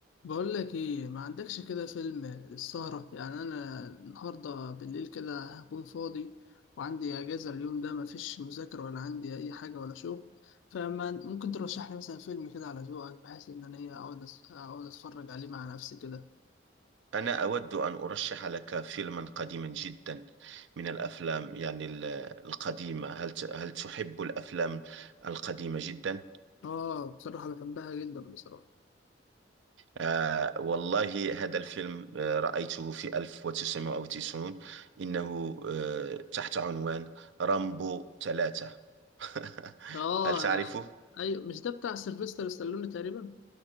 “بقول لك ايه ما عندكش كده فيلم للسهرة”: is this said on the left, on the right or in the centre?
Left